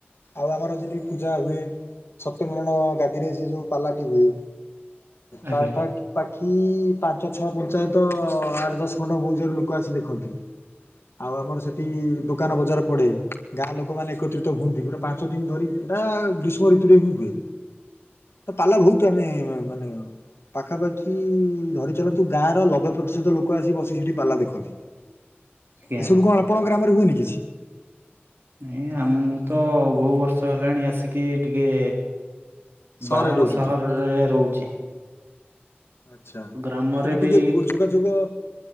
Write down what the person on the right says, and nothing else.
ଆଜ୍ଞା
ଆଜ୍ଞା
ନାଇଁ ଆ ମୁଁ ତ ବହୁବ ବର୍ଷ ହେଲାଣି ଆସିକି ଟିକେ
ବାହହାର
ସହର ଜାଗାରେ ରହୁଛି।
ଗ୍ରାମରେ
ବି